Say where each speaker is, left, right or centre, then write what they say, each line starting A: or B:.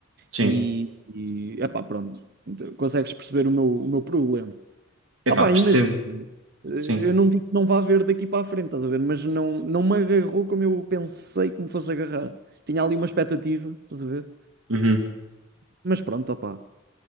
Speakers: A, on the right (about 70°); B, on the right (about 50°).
A: Sim,
B: e, e epá, pronto, Então, consegues perceber o meu, o meu problema.
A: epá,
B: Ah pá,
A: percebo,
B: imagina, eh,
A: sim.
B: eu não digo que não vá haver daqui para a frente, estás a ver, mas não, não me agarrou como eu pensei que me fosse agarrar. Tinha ali uma expectativa, estás a ver?
A: Uhum.
B: Mas pronto, opá.